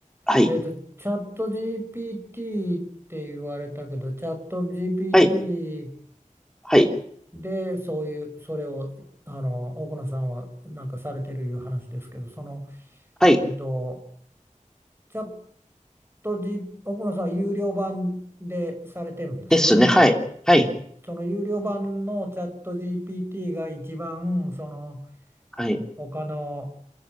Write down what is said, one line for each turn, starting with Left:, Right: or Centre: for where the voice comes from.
Centre: はい、
Right: えっと、チャット GPT って言われたけど、チャット GPT
Centre: はい、はい、
Right: でそういう、それを、あの、奥野さんはなんかされてるいう話ですけど、その、
Centre: はい、
Right: えっと、チャット G、奥野さんは有料版でされてるんですよね。
Centre: ですね、はい、はい、
Right: ええ、その有料版のチャット GPT が一番その
Centre: はい。
Right: 他の